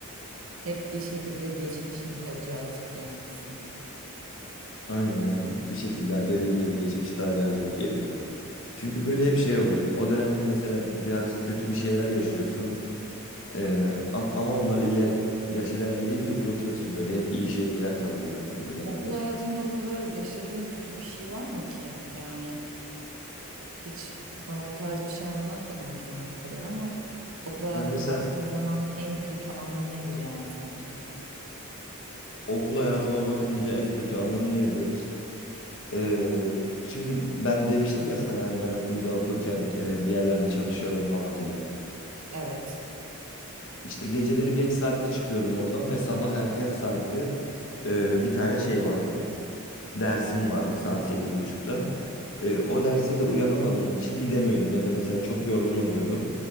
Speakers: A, on the right; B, on the left.
A: Hep bir şekilde geçmişin daha cazip gelmesi.
B: Aynen yani bir şekilde dediğin gibi geçmiş daha cazip geliyor. Çünkü böyle hep şey oluyor. O dönemde mesela birazcık kötü bir şeyler yaşıyorsun. E, am- ama onları iler yaş ilerleyince unutuyorsun böyle. Hep iyi şeyler kalıyor aklında genelde.
A: Okul hayatında o kadar yaşadığın kötü bir şey var mı ki? Yani hiç bana o tarz bir şey anlatmadın bu zamana kadar ama okul hayatına
B: Ya mesela
A: baktığın zaman en kötü anın nedir yani sence?
B: okul hayatıma bakınca en kötü anım nedir? Ee, şimdi ben demiştim ya sana hani ben okulda okurken e, bir yerlerde çalışıyordum falan diye.
A: Evet.
B: İşte geceleri geç saatte çıkıyordum oradan ve sabah erken saatte e, bir tane şey vardı. Dersim vardı saat 8.30'da. E, o derse de uyanamadığım için gidemiyordum ya da mesela çok yorgun oluyordum.